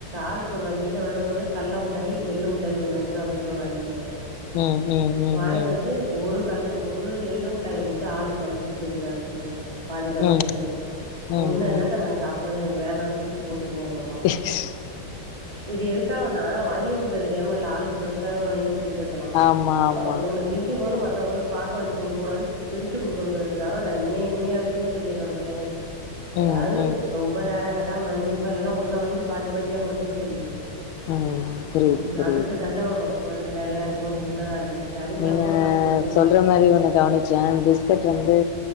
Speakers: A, on the right (about 20°); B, on the left (about 85°).
A: ஆளுக்கு ஒரு அங்கிருந்து வரும் போது கல்ல முட்டாய் எள்ளு முட்டாய் ஒண்ண அஞ்சு ரூவா பாக்கெட்ல ஒண்ணு வாங்கிட்டு வந்துருவ
B: ம் ம் ம்
A: வாங்கிட்டு
B: ம்
A: வந்து ஒரு கல் ஒரு எள்ளு முட்டாய கொடுத்து ஆளுக்கு பாதி புட்டுக்குங்கன்னு சொல்லிடுவ பாதி பாதி
B: ம்
A: எடுத்துக்குங்கனு
B: ம்
A: பொண்ணு என்னத்தா
B: ம்
A: நாங்க சாப்டுறது எனக்கு வேணானு தூக்கி போட்டு போவா
B: பிளாக்
A: இது எதுக்காகனா வாங்கி குடுக்க தெரியாம இல்ல ஆளுக்கு பெருசாவே ஒன்னு வாங்கி குடுத் து போயிருக்கலா
B: ஆமா ஆமா
A: ஒன்னு திங்கும் போது மத்தவங்களுக்கு பாக்க வச்சு குடுக்க கூடாது பிரிச்சு குடுக்கணுங்கிறதுக்காக நான் இன்னி இன்னை வரைக்குமே சரி என்னோட பிள்ளைங்களுக்கு
B: ம்
A: ஏதாது
B: ம்
A: ரொம்ப ரேரா கேட்டா ஒன்னு வாங்கி குடுப்ப இல்லன்னா ஒன்ன வாங்கி பாதி பாதியா கொடுத்துக்க சொல்லிடுவ
B: ம் புரியுது
A: ம்
B: புரியுது
A: அதுக்கு சண்ட வரு எனக்கு நெறைய இருக்கு ஒனக்கு சின்னதா இருக்குன்னு சரி
B: நீங்க
A: சமமா உக்காந்து பிரிச்சு விட்டுருவே
B: சொல்ற மாரி ஒன்னு கவனிச் ச பிஸ்கட் வந்து